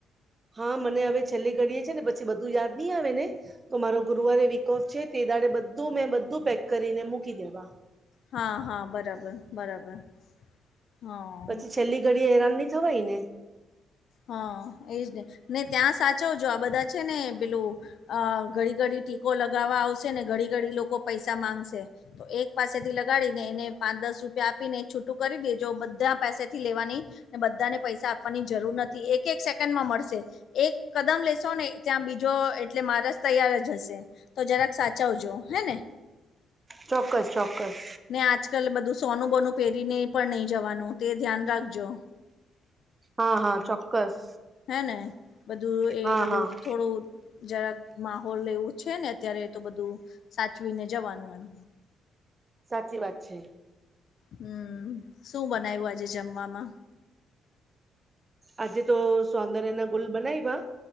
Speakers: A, on the right (about 30°); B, on the left (about 65°).
A: હા મને હવે છેલ્લી ઘડીએ છ છે ને પછી બધું યાદ નહી આવે ને તો મારો ગુરુવારે કોફ છે તે દાડે બધું મેં બધું પેક કરીને મૂકી દેવા.
B: હા હા બરાબર બરાબર હા
A: પછી છેલ્લી ઘડી હેરાન નહી થવાય ને.
B: હા એજ ને ને ત્યાં સાચવજો આ બધા છે ને પેલું અ ઘડી ઘડી ટીકો લગાવવા આવશે ને ઘડી ઘડી લોકો પૈસા માંગશે તો એક પાસેથી લગાડી ને એને પાંચ દસ રૂપિયા આપીને છૂટું કરી દે જો બધા પાસેથી લેવાની ને બધાને પૈસા આપવાની જરૂર નથી એક એક સેકન્ડ માં મળશે. એક કદમ લેશો ને ત્યાં બીજો એટલે મારે જ તૈયાર જ હશે. તો જરાક સાચવજો હે ને.
A: ચોક્કસ ચોક્કસ.
B: ને આજકાલ બધું સોનું બોનું પહેરીને પણ નહી જવાનું તે ધ્યાન રાખજો.
A: હા હા ચોક્કસ.
B: હે ને બધું એ
A: હા
B: બધું
A: હા
B: થોડું જરાક માહોલ એવું છે ને અત્યારે તો બધું સાચવીને જવાનું એમ.
A: સાચી વાત છે.
B: હમ્મ શું બનાય્યું આજે જમવામાં.
A: આજે તો સૌંદર્ય ના ગુલ બનાવવા